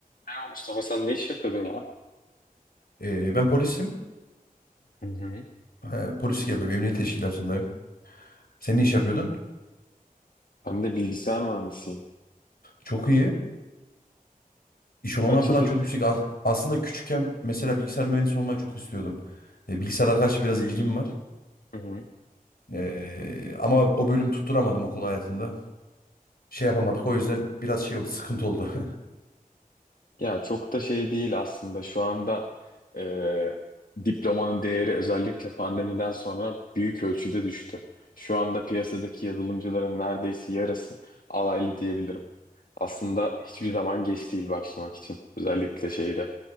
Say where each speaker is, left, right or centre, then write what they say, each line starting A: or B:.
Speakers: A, on the left; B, on the left.
A: Merhaba Mustafa sen ne iş yapıyordun ya?
B: Ee, ben polisim.
A: Hı hı.
B: Ee, polislik yapıyorum. Emniyet teşkilatındayım. Sen ne iş yapıyordun?
A: Ben de bilgisayar mühendisiyim.
B: Çok iyi. İş olanağı
A: Kaç
B: falan
A: yıldır?
B: çok yüksek. As- aslında küçükken mesela bilgisayar mühendisi olmayı çok istiyordum. Ee, bilgisayarlara karşı biraz ilgim var.
A: Hı hı.
B: Ee, ama o bölüm tutturamadım okul hayatında. Şey yapamadık. O yüzden biraz şey oldu, sıkıntı oldu. <laughs>
A: Ya çok da şey değil aslında. Şu anda e, diplomanın değeri özellikle pandemiden sonra büyük ölçüde düştü. Şu anda piyasadaki yazılımcıların neredeyse yarısı alaylı diyebilirim. Aslında hiçbir zaman geç değil başlamak için. Özellikle şeyde,